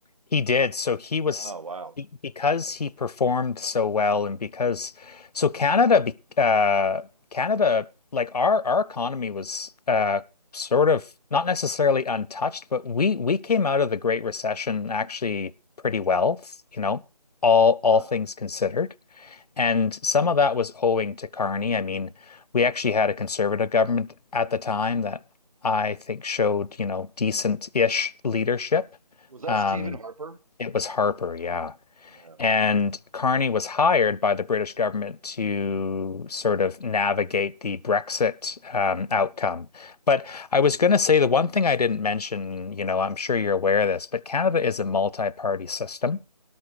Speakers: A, on the left; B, on the right.
A: He did. So he was
B: Oh wow.
A: be- because
B: Yeah.
A: he performed so well and because so Canada be- uh Canada like our our economy was uh sort of not necessarily untouched, but we we came out of the Great Recession actually pretty well, you know, all all
B: Huh.
A: things considered. And some of that was owing to Carney. I mean, we actually had a conservative government at the time that I think showed, you know, decent-ish leadership.
B: Was that
A: Um,
B: Stephen Harper?
A: it was Harper, yeah.
B: Yeah.
A: And Carney was hired by the British government to sort of navigate the Brexit um, outcome. But I was going to say the one thing I didn't mention, you know, I'm sure you're aware of this, but Canada is a multi-party system.